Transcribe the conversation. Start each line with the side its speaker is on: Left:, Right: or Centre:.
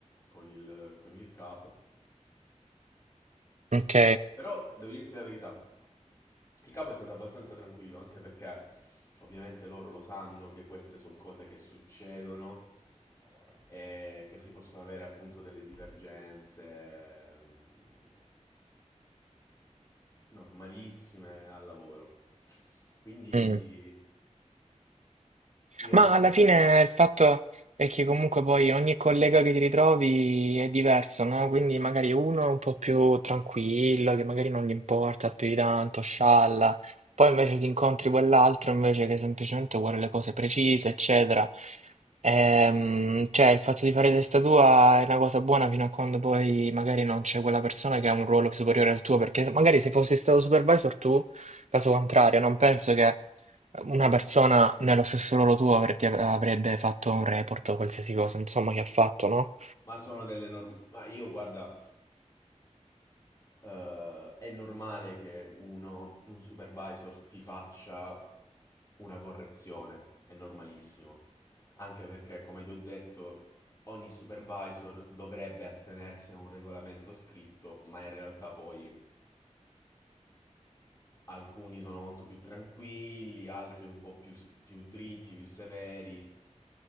Left: con il, con il capo.
Right: Ok.
Left: Però devo dirti la verità, il capo è stato abbastanza tranquillo, anche perché ovviamente loro lo sanno che queste sono cose che succedono e che si possono avere appunto delle divergenze mh, normalissime al lavoro. Quindi
Right: mm.
Left: io
Right: Ma
Left: aspetto.
Right: alla fine il fatto è che comunque poi ogni collega che ti ritrovi è diverso, no? Quindi magari uno è un po' più tranquillo, che magari non gli importa più di tanto, scialla. Poi invece ti incontri quell'altro invece che semplicemente vuole le cose precise, eccetera. Ehm, cioè il fatto di fare testa tua è una cosa buona fino a quando poi magari non c'è quella persona che ha un ruolo superiore al tuo, perché magari se fossi stato supervisor tu, caso contrario, non penso che una persona nello stesso ruolo tuo avre- ti av- avrebbe fatto un report o qualsiasi cosa, insomma, che ha fatto, no?
Left: Ma sono delle norme. Ma io guarda, Eh, è normale che uno, un supervisor, ti faccia una correzione, è normalissimo. Anche perché, come ti ho detto, ogni supervisor dovrebbe attenersi a un regolamento scritto, ma in realtà poi alcuni sono molto più tranquilli, altri un po' più, più dritti, più severi.